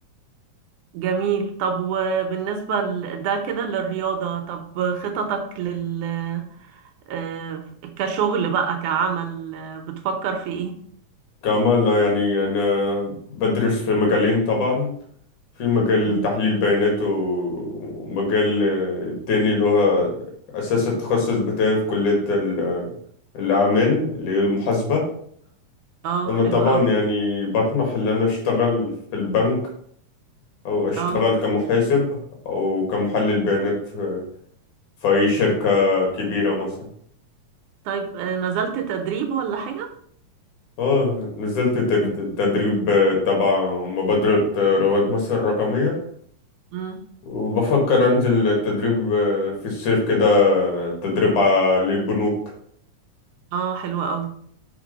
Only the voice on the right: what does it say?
جميل طب وبالنسبة ل- ده كده للرياضة طب خططك لل آه، كشغل بقى كعمل آه، بتفكر في ايه
مم.
اه
حلو
قوي
اه
طيب آه، نزلت تدريب ولا حاجة
مم.
اه حلو قوي